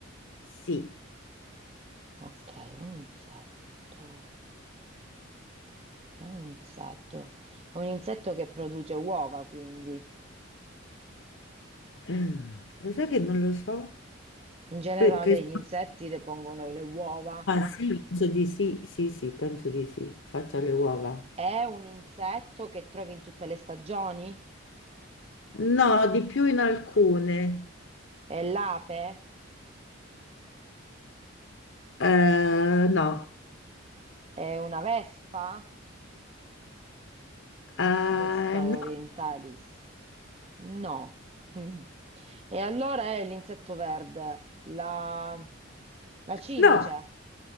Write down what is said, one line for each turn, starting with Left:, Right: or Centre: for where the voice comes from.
Left: sì.
Right: Ok, è un insetto. È un insetto. È un insetto che produce uova, quindi.
Left: Mm, Lo sai che non lo so?
Right: In generale
Left: Per- per-
Right: gli insetti depongono le uova.
Left: Ah, sì, penso di sì, sì, sì, penso di sì. Faccio le uova.
Right: È un insetto che trovi in tutte le stagioni?
Left: No, di più in alcune.
Right: È l'ape?
Left: Eh, no.
Right: È una vespa?
Left: Eh,
Right: La Vespa
Left: no.
Right: orientalis? No. Mm. E allora è l'insetto verde, la, la cimice.
Left: No,